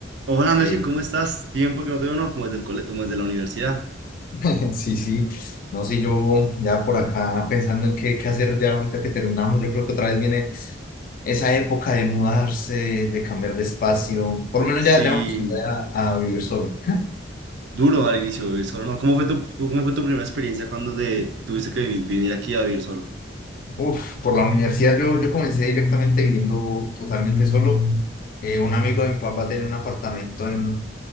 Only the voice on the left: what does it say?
Ey,
<laughs> Sí, sí, no sé, yo ya por acá pensando en qué, qué hacer ya ahorita que terminamos, yo creo que otra vez viene esa época de mudarse, de cambiar de espacio, por lo menos
ya, ya me acostumbré a, a vivir solo.
Uf, por la universidad yo, yo comencé directamente viviendo totalmente solo. Eh, un amigo de mi papá tenía un apartamento en,